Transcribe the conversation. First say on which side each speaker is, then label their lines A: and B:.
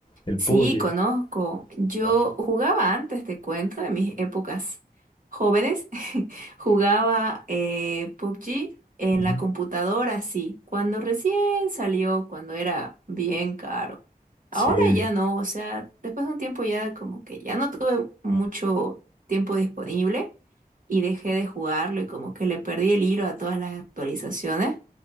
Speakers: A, on the left; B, on the right.
A: El
B: Sí,
A: PUBG.
B: conozco. Yo
A: claro.
B: jugaba antes, te cuento, en mis épocas jóvenes. <laughs> Jugaba eh, PUBG en
A: Ujú.
B: la computadora, sí, cuando recién salió, cuando era bien caro.
A: Sí.
B: Ahora ya no, o sea, después de un tiempo ya como que ya no tuve mucho tiempo disponible y dejé de jugarlo y como que le perdí el hilo a todas las actualizaciones.